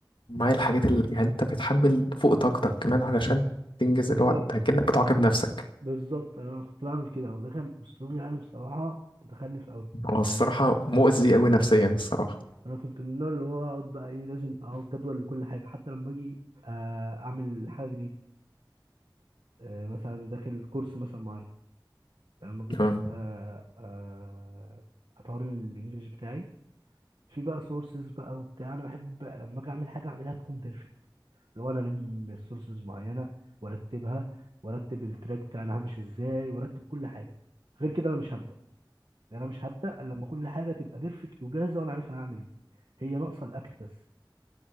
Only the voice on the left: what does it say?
معايا الحاجات اللي يعني انت بتحمل فوق طاقتك كمان علشان تنجز
الوقت ده كأنك بتعاقب نفسك
هو الصراحة مؤذي أوي نفسيا الصراحة
اه